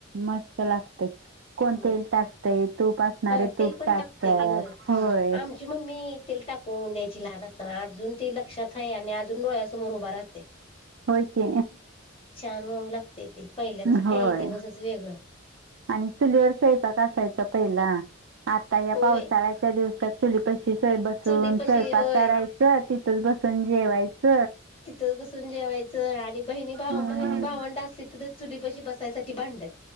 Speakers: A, on the right (about 65°); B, on the left (about 30°).
A: मस्त लागतय. कोण
B: मग
A: तेल टाक तय. तूप असणारे
B: हा तेल
A: तूप
B: पण
A: टाकतात.
B: टाकते की होय
A: होय
B: आमची मम्मी तेल टाकून द्यायची लहान असताना. अजून ते लक्षात आहे. आणि अजून डोळसमोर उभा राहतय.
A: होय की
B: छान होऊन लागतेय ते. पहिल्याच
A: होय
B: काय दिवसच वेगळ.
A: आणि चुलीवर स्वयपाक असायचा पहिला. आता या
B: होय
A: पावसाळ्याच्या दिवसात चुलीपशी सय बसून
B: चुली
A: स्वयंपाक
B: पशी होय
A: करायच तिथ तर बसून जेवायच.
B: तिथच बसून जेवायच. आणि बहिणी भाऊ
A: हम्म,
B: बहिणी भावंड असली तर चुली पाशी बसायसाठी भांडण.